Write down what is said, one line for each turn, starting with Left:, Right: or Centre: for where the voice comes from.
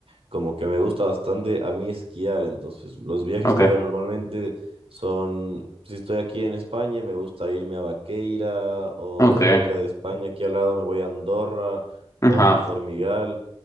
Right: como que me gusta bastante a mí esquiar, entonces los viajes
Left: ok,
Right: que hago normalmente son, si estoy aquí en España, me gusta irme a Vaqueira o
Left: ok,
Right: cerca de España, aquí al lado me voy a Andorra
Left: ajá.
Right: o a Formigal